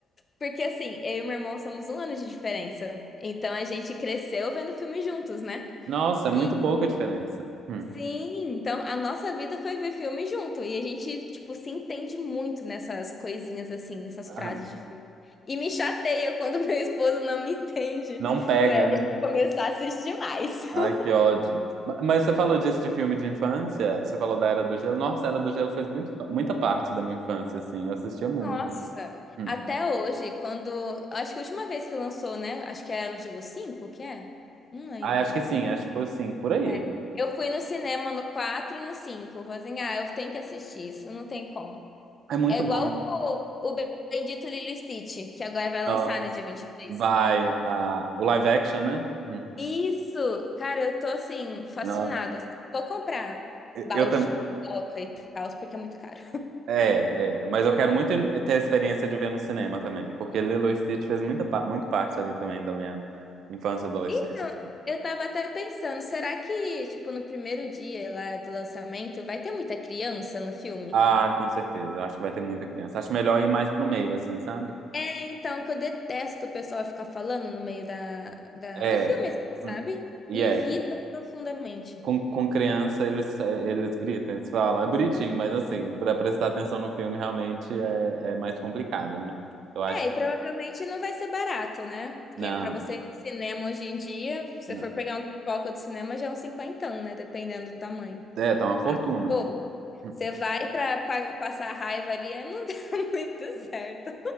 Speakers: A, on the left (about 30°); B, on the right (about 75°).
A: Porque assim, eu e meu irmão somos um ano de diferença. Então a gente cresceu vendo filme juntos, né?
B: Nossa, é muito
A: E
B: pouca diferença. Hum,
A: sim, então a nossa vida foi ver filme junto. E a gente, tipo, se entende muito nessas coisinhas assim, nessas frases
B: aham.
A: de filme. E me chateia quando <laughs> meu esposo não me entende.
B: Não pega,
A: Ué,
B: né?
A: Deixa eu começar a assistir mais. <laughs>
B: Ai, que ódio. Ma- Mas você falou disso de filme de infância? Você falou da Era do Gelo? Nossa, a Era do Gelo fez muito, muita parte da minha infância, assim. Eu assistia muito.
A: Nossa,
B: Hum.
A: até hoje, quando. Acho que a última vez que lançou, né? Acho que era o Gelo 5 o que é? Não lembro.
B: Ah, acho que sim, acho que foi sim, por aí.
A: É, eu fui no cinema no 4 e no cinco, Eu Falei assim, ah, eu tenho que assistir isso, não tem como.
B: É muito
A: É igual
B: bom.
A: o, o Bendito Lilo e Stitch, que agora vai lançar
B: Nossa.
A: no dia 23.
B: Vai, ah, o live action, né? Hum.
A: Isso! Cara, eu tô assim, fascinada.
B: Nossa.
A: assim. Vou comprar
B: Eu,
A: balde
B: eu também.
A: de pipoca e tal, porque é muito caro.
B: É, é. Mas eu quero muito ter a experiência de ver no cinema também, porque Lilo e Stitch fez muita, pa- muito parte ali também da minha infância e adolescência.
A: Então,
B: assim.
A: eu tava até pensando, será que, tipo, no primeiro dia lá do lançamento, vai ter muita criança no filme?
B: Ah, com certeza. Eu acho que vai ter muita criança. Acho melhor ir mais pro meio, assim, sabe?
A: É, então, que eu detesto o pessoal ficar falando no meio da, da-
B: É.
A: do filme, assim, sabe?
B: Hum. E
A: Me
B: é,
A: irrita profundamente.
B: com, com criança eles, eles gritam, eles falam, é bonitinho, mas assim, pra prestar atenção no filme realmente é, é mais complicado, né? Eu acho
A: É, e
B: que.
A: provavelmente não vai ser barato, né? Porque
B: Não,
A: pra você ir no cinema hoje em dia, se você
B: não.
A: for pegar uma pipoca do cinema, já é um cinquentão, né? Dependendo do tamanho.
B: É, tá uma fortuna.
A: Pô,
B: Hum.
A: você vai pra, pa- passar raiva ali, aí não <laughs> dá muito certo.